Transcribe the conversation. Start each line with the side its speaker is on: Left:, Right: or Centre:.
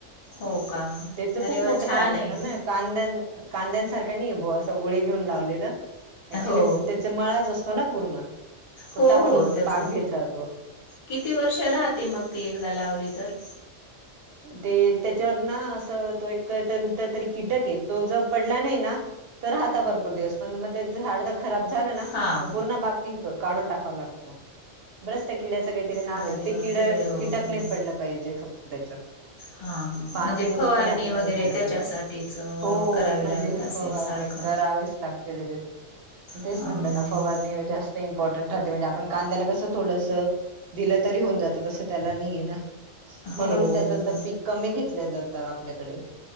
Left: हो का
Right: त्याच
Left: अरे
Right: खूप
Left: वाह!
Right: मोठं
Left: छान
Right: झाड असतं
Left: आहे
Right: ना
Left: की.
Right: कांद्या कांद्यांसारख्या नाही बुआ असं ओली घेऊन लावलेलं अक्च्युली
Left: हो.
Right: त्याचा मळाच असतो ना पूर्ण फक्त
Left: हो,
Right: आपण
Left: हो त्याचं.
Right: बाग घेत राहतो
Left: किती वर्ष राहते मग ती एकदा लावली तर
Right: ते त्याच्यावर ना असं तो एक तरी कीटक आहे तो ज पडला नाही ना तर राहता भरपूर दिवस पण मग झाड खराब झालं ना
Left: हां,
Right: म पूर्ण बाकी काढून टाकावा लागतो ब्रस्त किड्याच काहीतरी
Left: हां.
Right: नाव आहे
Left: अरे
Right: ते
Left: बापरे!
Right: किड
Left: हो,
Right: कीटक
Left: हो.
Right: नाही पडलं पाहिजे फक्त त्याच्या
Left: हां.
Right: पान
Left: म्हणजे फवारणी
Right: खराब
Left: वगैरे
Right: नाही झालं
Left: त्याच्यासाठीच
Right: प
Left: अ,
Right: हो
Left: करावी
Right: म्हणजे
Left: लागत असेल
Right: फवार
Left: सारखं.
Right: नाही करावेच लागते त्याच्यात तेच
Left: हां.
Right: म्हंटलं ना फवारणी जास्त इम्पॉर्टंट राहते म्हणजे आपण कांद्याला कसं थोडसं दिलं तरी होऊन जातं तसं त्याला नाही आहे ना
Left: हो,
Right: म्हणून त्याचं
Left: हो.
Right: तर पीक कमी घेतलं जातं आपल्याकडे.